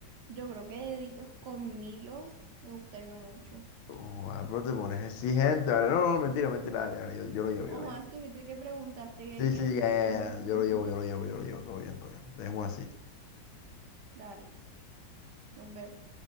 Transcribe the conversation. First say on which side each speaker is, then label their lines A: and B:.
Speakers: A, on the right; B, on the left.
A: Yo creo que deditos con Milo me gustaría mucho.
B: Oh, ah, pero te pones exigente, vale, no, no, mentira, mentira, dale, dale, yo, yo lo llevo,
A: Ojo,
B: yo lo llevo.
A: ah, si tuviste que preguntaste qué
B: Sí, sí,
A: quiero, entonces
B: ya, ya,
A: para qué me preguntas.
B: ya, yo lo llevo, yo lo llevo, yo lo llevo, todo bien, todo bien, dejemos así.
A: Dale, pues, nos vemos.